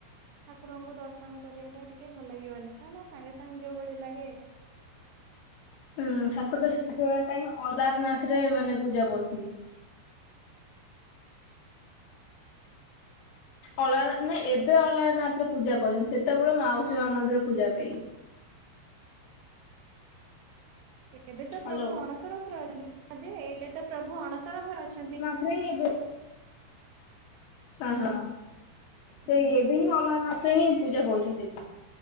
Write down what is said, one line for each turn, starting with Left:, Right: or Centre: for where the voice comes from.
Right: ଠାକୁରଙ୍କୁ ଦର୍ଶନ କରିବା ଟା ଟିକେ ଭଲ ଲାଗିବନି ତା ମାନେ ସାଙ୍ଗେ ସାଙ୍ଗେ ଯୋଉ ଭଳି ଲାଗେ।
Left: ହୁଁ ଠାକୁର ତ ସେତିକି ବଳେ ଟାଇମ୍ ଅଲାରନାଥ ରେ ମାନେ ପୂଜା ପାଉଥିବେ। ଅଲ ନା ଏବେ ଅଲାରନାଥ ରେ ପୂଜା ପାଉଛନ୍ତି ସେତେବେଳେ ମାଉସୀ ମା ମନ୍ଦିରରେ ପୂଜା ପାଇ
Right: ଏବେ ତ
Left: ହ୍ୟାଲୋ
Right: ପ୍ରଭୁ ଅଣସର ଘରେ ଅଛନ୍ତି ଯେ ଏଇଲେ ତ ପ୍ରଭୁ ଅଣସର ଘରେ ଅଛନ୍ତି।
Left: ସେ ଏବେ ହ ହଁ
Right: ହୁଁ
Left: ସେଇ ଏବେ ହିଁ ଅଲର ନାଥ। ସେ ହିଁ ପୂଜା ପାଉଛନ୍ତି ଏବେ